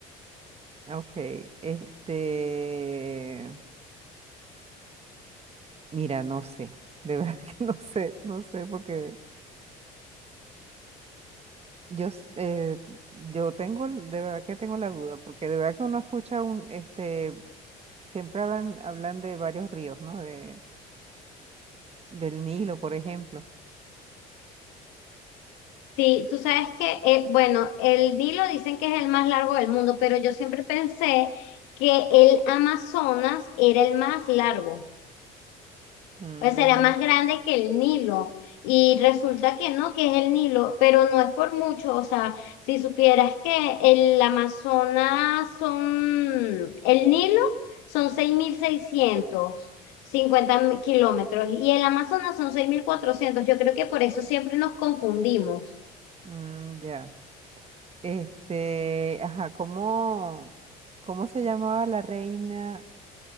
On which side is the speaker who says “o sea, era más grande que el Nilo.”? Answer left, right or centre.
Left